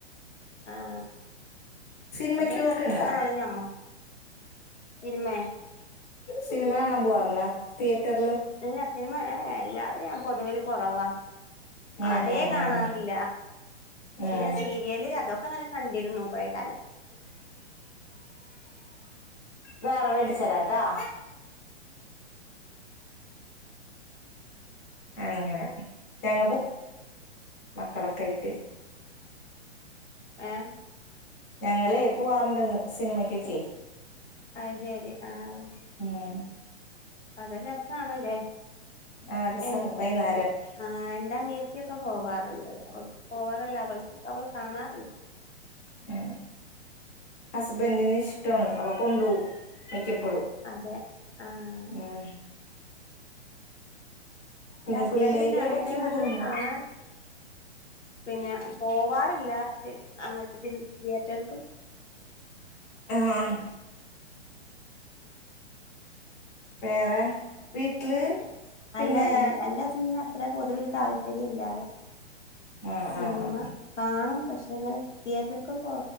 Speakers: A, on the left (about 80°); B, on the left (about 15°).
A: ആഹ്
B: സിനിമക്ക്
A: അത് രസ
B: പോക്ക്ണ്ടാ
A: താണ് ഞമ്മക്ക് ചിനിമേ
B: സിനിമ കാണാൻ പോവാറുണ്ട തിയ <unintelligible>
A: ഇല്ല സിനിമ ഏ ല്ല ഞാൻ പൊതുവൽ കുറവാ.
B: ഉം
A: അതേ
B: ഉം
A: കാണാറില്ല
B: ഉം ഉം ഉം
A: പിന്നെ സീരിയല് അതൊക്കെ നല്ല കണ്ടിരുന്നു കുഴേ കാലം.
B: വേറെ വേടിച്ചരാട്ടാ. അങ്ങനെ ഞങ്ങ മക്കളൊക്കെ ആയിട്ട്
A: ഏഹ്
B: ഞങ്ങളെ പോവാറുണ്ടന്ന് സിനിമക്കൊക്കെ
A: അഹ് ശരി ആഹ്
B: ഉം
A: അത <unintelligible> ആണ്ലേ
B: ആ രസാണ്
A: എ
B: വൈന്നേരം
A: ആ എന്റെ അനിയത്തി ഒക്ക് ഒക്കെ പോകാറുണ്ട് അവൾക്ക് പോവാറെ ഇല്ല അവൾക്ക് അവൾ കാണാറു
B: ഏ ഹസ്ബൻന്റിന് ഇഷ്ടാണ് അപ്പ കൊണ്ടോവും <unintelligible>
A: അതെ ആഹ്
B: <unintelligible> ഉം
A: എന്റെ
B: പിന്നെ
A: ഹസ്ബൻഡ്
B: പിള്ളേര്
A: പിന്നെ
B: ഇടക്ക്
A: അങ്ങനെ
B: ബുദ്ധിമുട്ടുണ്ടോ
A: അതൊന്നും കാണാറില്ല പിന്നെ പോവാറില്ല അങ്ങട്ട് തി തിയേറ്റർ
B: ആഹ് വേറെ വീട്ടില് പിന്നെ
A: അല്ലെ എന്റെ എന്റെ ഹസ്ന് അ അത്ര പൊതുവിൽ താല്പര്യം ഇല്ലാറെ
B: ആഹ്
A: സിനിമ
B: ആഹ് ആഹ്
A: കാണും പക്ഷെ പക്ഷെ അങ്ങനെ തിയേറ്റർക്കൊന്നും